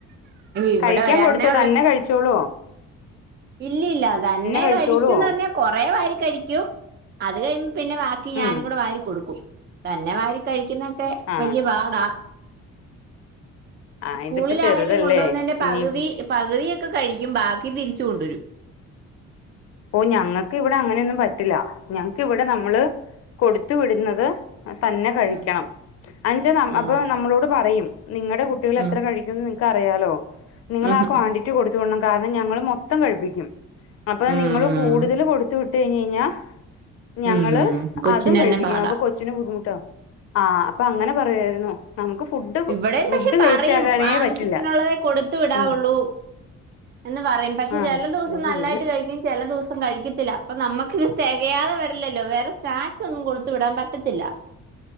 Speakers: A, on the right; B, on the left.
A: ഇവിടെ
B: കഴിക്കാൻ
A: ഒരെണ്ണേ
B: കൊടുത്തോ തന്നെ കഴിച്ചോളോ
A: ഇല്ലല്ലതന്നെ
B: കഴിച്ചോളുവോ
A: കഴിക്കുന്ന് പറഞ്ഞ കൊറെ വാരി കഴിക്കും അത് കഴിയുമ്പ പിന്നെ ബാക്കി ഞാനും
B: ഉം
A: കൂടെ വാരി കൊടുക്കും തന്നെ വാരി കഴിക്കുന്ന ഒക്കെ
B: ആഹ്
A: വലിയ പാടാ
B: ആഹ്
A: സ്കൂളിലാണെങ്കിലും
B: ഇതിപ്പോ ചെറുതല്ലേ
A: കൊണ്ടു പോകുന്നതിന്റെ പകുതി
B: ഇനിയിപ്പോ
A: പകുതി ഒക്കെ കഴിക്കും ബാക്കി തിരിച്ച് കൊണ്ടുവരും
B: ഓഹ് ഞങ്ങക്ക് ഇവിടെ അങ്ങനെന്നും പറ്റില്ല ഞങ്ങക്ക് ഇവിടെ നമ്മള് കൊടുത്തു വിടുന്നത് തന്നെ കഴിക്കണം
A: ഉം
B: അഞ്ചാ
A: ആ
B: അപ്പൊ നമ്മളോട് പറയും നിങ്ങളുടെ കുട്ടികൾ എത്ര
A: ഉം
B: കഴ ക്കും നിങ്ങക്ക് അറിയാലോ നിങ്ങള്
A: ഉം
B: ആ
A: ഉം
B: ക്വാണ്ടിറ്റി കൊടുത്ത വിടണം കാരണം ഞങ്ങള് മൊത്തം കഴിപ്പിക്കും അപ്പൊ
A: ഉം
B: നിങ്ങള് കൂടുതൽ കൊടുത്ത വിട്ട കഴിഞ്ഞ കഴിഞ്ഞാ ഞങ്ങള്
A: ഉം കൊച്ചിന്
B: അതും കഴിപ്പിക്കും
A: തന്നെ പാടാ
B: അപ്പൊ കൊ കൊച്ചിന് ബുദ്ധിമുട്ടാ ആഹ് അപ്പൊ അങ്ങനെ പറയുവായിരുന്നു നമുക്ക് ഫുഡ്
A: ഇവിടെയും
B: ഫുഡ്
A: പക്ഷെ പറയും
B: വേസ്റ്റ് ആകാനേ
A: ആവശ്യത്തിനുള്ളതേ
B: പറ്റില്ല
A: കൊടുത്തു വിടാവുള്ളൂ
B: ഉം
A: എന്ന് പറയും പക്ഷെ
B: ആ
A: ചില ദിവസം
B: ഇത്
A: നല്ലായിട്ട്
B: വെയില്
A: കഴിക്കും ചില ദിവസം കഴിക്ക ത്തില്ല അപ്പൊ നമുക്ക്ത് തികയാതെ വരില്ലല്ലോ വേറെ സ്നാക്സ് ഒന്നും കൊടുത്ത് വിടാൻ പറ്റത്തില്ല